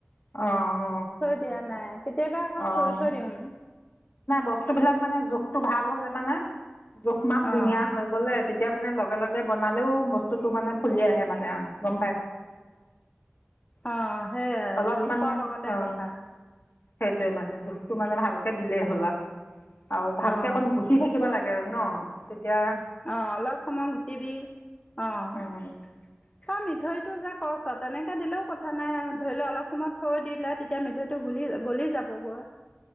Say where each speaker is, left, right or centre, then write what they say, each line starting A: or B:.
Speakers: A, on the left (about 55°); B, on the left (about 30°).
A: অ'
B: থৈ দিয়া নাই। কেতিয়াবা আক'
A: অঁ
B: থৈ থৈ দিওঁ।
A: বস্তুবিলাক মানে জোখটো ভাল হ'লে মানে জোখ মাখ ধুনীয়া
B: অঁ
A: হয়। তেতিয়া মানে লগে লগে বনালেও বস্তুটো মানে ফুলি আহে মানে আ। গম পাই
B: অঁ সেয়াই
A: অলপ
B: জোখৰ
A: মানে
B: লগতে
A: অ'।
B: কথা
A: সেইটোৱে মানে জোখটো মানে ভালকে দিলেই হ'ল আ আৰু ভালকে
B: অঁ
A: অকণ ঘুটি থাকিব লাগে জান' তেতিয়া
B: অ' অলপ সময় ঘুটিবি অ'।
A: উম
B: তই মিঠৈটো যে কৰচ তেনেকে দিলেও কথা নাই। ধৰি ল অলপ সময় থৈ দিলে তেতিয়া মিঠৈটো গুলি গলি যাব গৈ।